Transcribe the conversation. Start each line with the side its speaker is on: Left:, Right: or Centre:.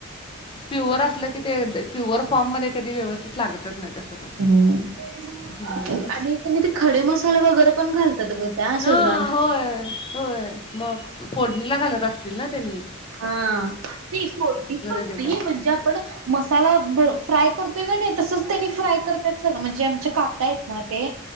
Left: प्युअर असलं की ते प्युअर फॉर्म मध्ये कधी व्यवस्थित लागतच नाही तसं पण
Right: हम्म
Left: हम्म.
Right: आणि मी ते खडे मसाले वगैरे पण घालतात ग त्या शेजवान
Left: हां
Right: त
Left: होय होय मग फोडणीला घालत असतील ना त्यानी
Right: हा <unintelligible> नाही
Left: देत असतात
Right: म्हणजे आपण मसाला फ्राय करतोय का नाही तसच त्यांनी फ्राय करतय सगळं म्हणजे आमचे काका आहेत ना ते